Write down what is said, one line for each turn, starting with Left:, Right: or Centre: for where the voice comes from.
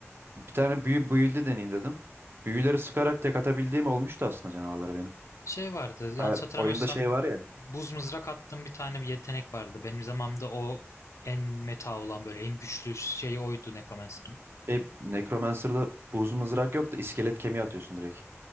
Right: Bir tane büyü build'i deneyeyim dedim. Büyüleri sıkarak tek atabildiğim olmuştu aslında canavarlara benim.
Left: Şey vardı yanlış
Right: Ha,
Left: hatırlamıyorsam
Right: oyunda şey var ya.
Left: buz mızrak attığım bir tane bir yetenek vardı. Benim zamanımda o en meta olan böyle en güçlü şeyi oydu Necromancer'ın.
Right: Şey Necromancer'da buz mızrak yok da iskelet kemiği atıyorsun direkt.